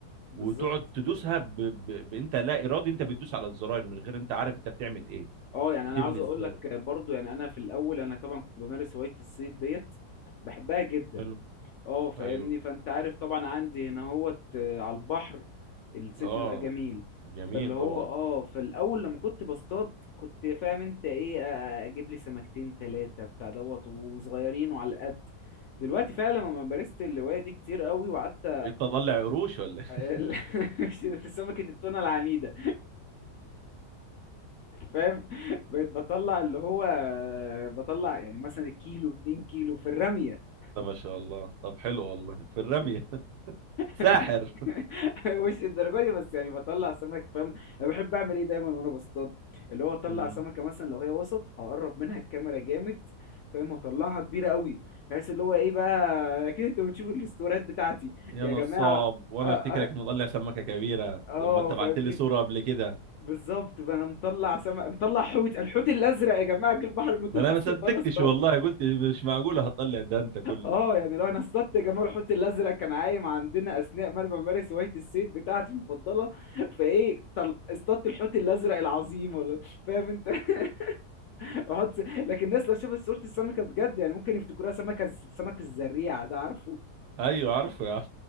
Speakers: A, on the left; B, on the right.
A: بالظبط
B: وتقعد تدوسها ب... ب... ب... انت لا ارادي انت بتدوس على الزراير من غير انت عارف انت بتعمل ايه
A: اه يعني
B: بتبني
A: انا عاوز اقول
B: ازاي
A: لك برضو يعني انا في الاول انا طبعا كنت بمارس هوايه الصيد ديت بحبها جدا
B: حلو
A: اه فاهمني
B: ايوه
A: فانت عارف طبعا عندي هنا هوت آه، على البحر الصيد
B: اه
A: بيبقى جميل
B: جميل
A: فاللي هو
B: طبعا
A: اه فالاول لما كنت بصطاد كنت فاهم انت ايه آه، اجيب لي سمكتين تلاتة بتاع دوت وصغيرين وعلى القد دلوقتي فعلا لما مارست الهواية دي كتير قوي وقعدت
B: بقيت تطلع قروش ولا
A: <laughs>
B: إيه؟
A: سمكة التونة العنيدة فاهم بقيت بطلع اللي هو آه، بطلع يعني مثلا الكيلو اتنين كيلو في الرمية
B: <laughs> طب ما شاء الله طب حلو والله في الرمي
A: <laughs>
B: ساحر
A: مش الدرجه دي بس يعني بطلع سمك فاهم انا بحب اعمل ايه دايما وانا بصطاد اللي هو اطلع
B: مم.
A: سمكه مثلا لو هي وسط اقرب منها الكاميرا جامد فاهم واطلعها كبيره قوي بحيث اللي هو ايه بقى اكيد انتوا بتشوفوا الاستوريات بتاعتي
B: يا
A: يا
B: نصاب
A: جماعه
B: وانا
A: اه آه،
B: افتكرك مطلع سمكه كبيره
A: آه،
B: لما انت
A: فاهمني
B: بعت لي صوره قبل كده
A: بالظبط فانا مطلع سمك مطلع حوت الحوت الازرق يا جماعه جه البحر المتوسط
B: فانا ما صدقتش
A: وانا اصطاد
B: والله قلت مش معقوله هتطلع ده انت كله
A: اه يعني لو انا اصطدت يا جماعه الحوت الازرق كان عايم عندنا اثناء ما انا بمارس هوايه الصيد بتاعتي المفضله فايه طل... اصطدت الحوت الازرق العظيم ولا فاهم انت <laughs> احط لكن الناس لو شافت صوره السمكه بجد يعني ممكن يفتكروها سمكه الز- سمك الزريعه ده عارفه
B: ايوه عارفه يا عم